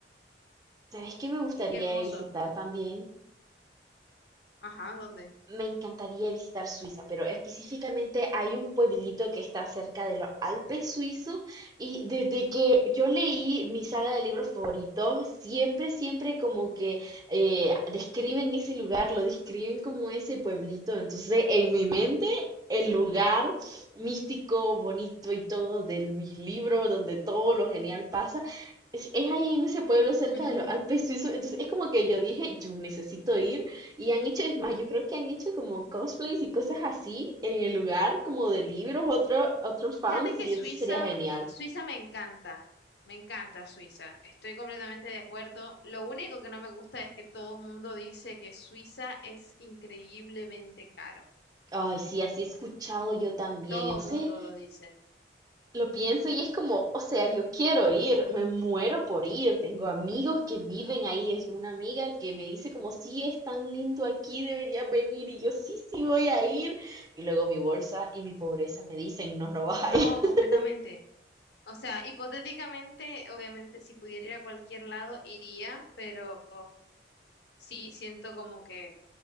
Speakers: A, on the right; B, on the left.
A: ¿Sabes qué me gustaría
B: Es hermoso.
A: visitar también?
B: Ajá, ¿dónde?
A: Me encantaría visitar Suiza, pero específicamente hay un pueblito que está cerca de los Alpes suizos y desde que yo leí mi saga de libros favoritos, siempre, siempre como que eh, describen ese lugar, lo describen como ese pueblito. Entonces, en mi mente, el lugar místico, bonito y todo de mis libros, donde todo lo genial pasa, es, es ahí en ese pueblo cerca
B: <laughs>
A: de los Alpes suizos. Entonces, es como que yo dije, yo necesito ir y han hecho, es más, yo creo que han hecho como cosplays y cosas así en el lugar, como de libros, otro, otros fans,
B: Fíjate que
A: y
B: Suiza,
A: eso sería genial.
B: Suiza me encanta, me encanta Suiza, estoy completamente de acuerdo. Lo único que no me gusta es que todo el mundo dice que Suiza es increíblemente caro.
A: Ay, sí, así he escuchado yo también.
B: Todo
A: Entonces
B: el mundo lo dice.
A: lo pienso y es como, o sea, yo quiero ir, me muero por ir. Tengo amigos que viven ahí. Es una amiga que me dice como, sí, es tan lindo aquí, deberías venir. Y yo, sí, sí, voy a ir. Y luego mi bolsa y mi pobreza me dicen, no, no vas a
B: No,
A: ir. <laughs>
B: completamente. O sea, hipotéticamente, obviamente, si pudiera ir a cualquier lado, iría, pero sí siento como que